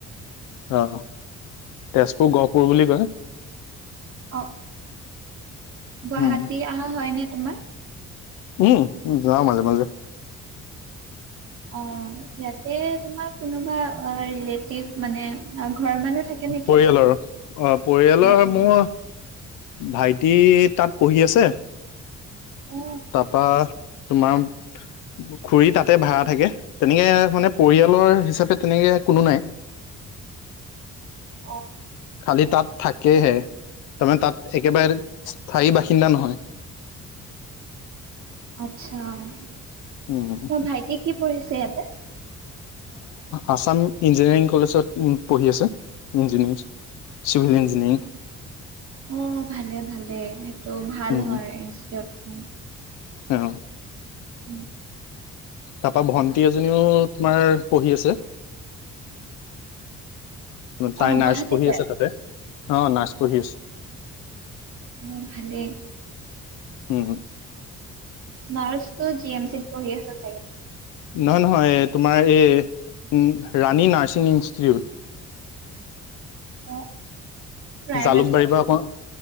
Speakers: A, on the left; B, on the right.
A: অ তেজপুৰ গহপুৰ বুলি কয়।
B: অ গুৱাহাটী
A: উম
B: অহা হয় নে তোমাৰ?
A: উম যাও মাজে মাজে।
B: অ ইয়াতে তোমাৰ কোনোবা অ ৰিলেটিভ মানে আৰু ঘৰৰ মানুহ থাকে নেকি
A: পৰিয়ালৰ অ পৰিয়ালৰ
B: অ অ
A: মোৰ ভাইটি তাত পঢ়ি আছে,
B: অ
A: তাৰপা তোমাৰ খুৰী তাতে ভাড়া থাকে তেনেকে মানে, পৰিয়ালৰ হিচাপে তেনেকে কোনো নাই।
B: অ অ।
A: খালি তাত থাকেহে তাৰমানে তাত একেবাৰে স্থায়ী বাসিন্দা নহয়।
B: আত্ছা তোমাৰ
A: উম,
B: ভাইটিয়ে কি পঢ়িছে ইয়াতে?
A: আছাম ইঞ্জিনিয়াৰিং কলেজত পঢ়ি আছে ইঞ্জিনিয়াৰিং। Civil engineering.
B: অ ভালে ভালে সেইটো ভাল
A: উম,
B: হয় ইনষ্টিটিউট খন।
A: অ।
B: উম।
A: তাৰাপা ভন্টি এজনীও তোমাৰ পঢ়ি আছে। তাই
B: অ',
A: নাৰ্ছ
B: গুৱাহাটীতে
A: পঢ়ি আছে তাতে অ নাৰ্ছ পঢ়ি আছে।
B: মোৰ ভালেই।
A: উম হ।
B: নাৰ্চতো জি এম চিত পঢ়ি আছে চাগে।
A: নহয় নহয় তোমাৰ এই ৰাণী নাৰ্ছিং ইনষ্টটিটিউট।
B: অ। প্ৰাইভেটত
A: জালুকবাৰীৰ পৰা অকন